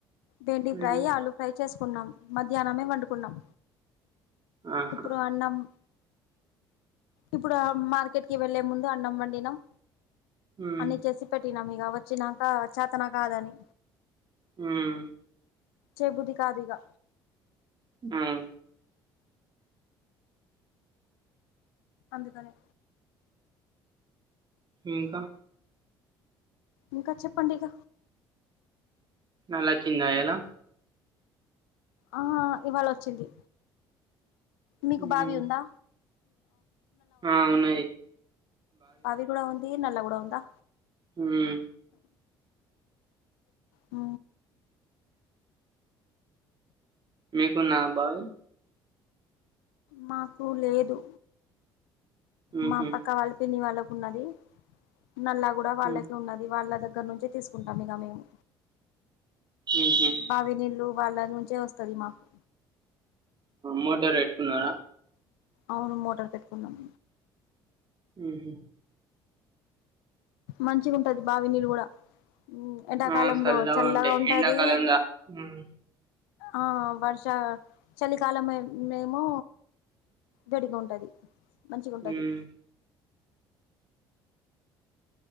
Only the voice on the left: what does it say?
బెండి ఫ్రై
ఆలు ఫ్రై చేసుకు కున్నాం మధ్యాహ్నమే వండుకున్నాం
ఇప్పుడు అన్నం ఇప్పుడు మార్కెట్ కి వెళ్ళే ముందు అన్నం వండినాం
అన్ని చేసి పెట్టినాం ఇ ఇగ వచ్చినాక చేతన కాదని
చెయబుద్ది కాదిగా
అందుకనే
ఇంకా చెప్పండి ఇక
ఆ హ ఇవాళ వచ్చింది మీకు
బావి ఉందా
పవి కూడా ఉంది నల్లా కూడా ఉందా
ఆ
మాకు లేదు
మా పక్క వాళ్ళు పిన్ని వాళ్ళ ఉన్నది నల్ల కూడా వాళ్ళడ
ఉన్నది వాళ్ళగ్ దగ్గర నుంచి తీసుకుంటాం ఇక మేము
బావి నీళ్ళు వాళ్ళ నుంచే వస్తుది మాకు
అవును మోటార్ పెట్టుకున్నాం
మంచిగా ఉంటది బావి నీరు కూడా ఎండాకాలంలో
చల్లగా
ఉంటది
ఆ వర్ష చలికాలం మేము గడిగా ఉంటది మంచిగా ఉంటది